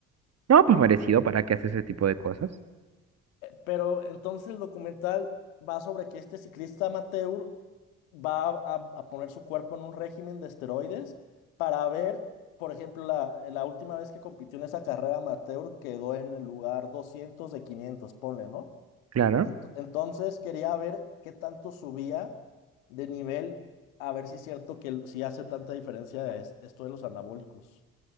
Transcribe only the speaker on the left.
Pero entonces el documental va sobre que este ciclista amateur va a, a poner su cuerpo en un régimen de esteroides para ver, por ejemplo, la, la última vez que compitió en esa carrera amateur quedó en el lugar 200 de 500, ponle, ¿no?
Ent- entonces quería ver qué tanto subía de nivel, a ver si es cierto que el- si hace tanta diferencia es- esto de los anabólicos.